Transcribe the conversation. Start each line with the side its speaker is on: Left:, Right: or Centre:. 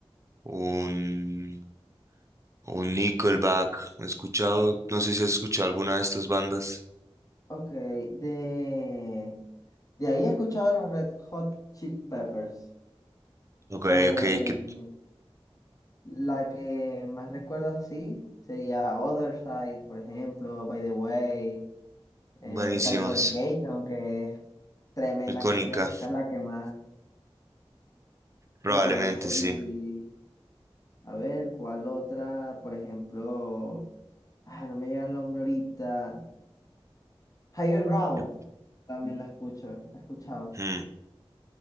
Right: un, un Nickelback. He escuchado, no sé si has escuchado alguna de estas bandas.
Left: Ok, de, de ahí he escuchado a los Red Hot Chili Peppers.
Right: Ok,
Left: Eh,
Right: ok, qué
Left: la que más recuerdo así sería Other Side, por ejemplo, By the Way. eh,
Right: buenísimas.
Left: Californication, que es tremenda
Right: Icónica,
Left: canción, esa es la que más
Right: probablemente
Left: reconozco.
Right: sí.
Left: Y a ver, ¿cuál otra? Por ejemplo, ah, no me llega el nombre ahorita. Higher Ground,
Right: Yo-
Left: también la escucho, la he escuchado.
Right: mm,